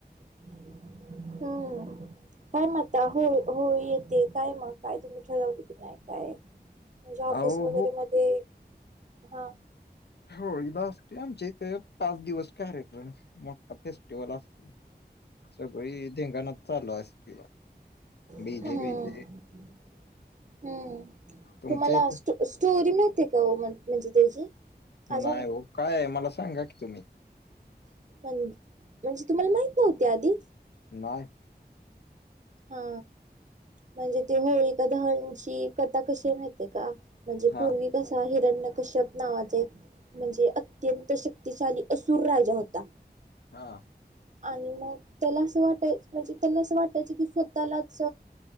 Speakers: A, on the right (about 45°); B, on the left (about 75°).
A: हम. काय म्हता होय होय येते काय मग काय तुम्ही ठरवले की नाही काय? म्हणजे ऑफिस
B: अहो
A: वगैरे मध्ये, हा.
B: होळी ला असतोय आमच्या इथे पाच दिवस कार्यक्रम. मोठा फेस्टिवल असतोय, सगळी धिंगाणाच चालू असती बाघा. डीजे
A: हम्म
B: बीजे.
A: हम्म.
B: तुमच्या
A: तुम्हाला
B: इथं
A: स्टो स्टोरी मिहिते का ओ म्हन म्हणजे त्याची, आजून
B: नाही हो काय आहे मला सांगा की तुम्ही?
A: <unintelligible> म्हणजे तुम्हाला माहित नव्हती आधी.
B: नाय.
A: हा, म्हणजे ते होळी का दहणची कथा कशी माहितेय का? म्हणजे
B: हां,
A: पूर्वी कसा हिरण्य कश्यप नावाचा एक म्हणजे अत्यंत शक्तिशाली असूर राजा होता.
B: हा.
A: आणि मग त्याला असं वाटायच म्हणजे त्याला असं वाटायचं कि स्वतःलाच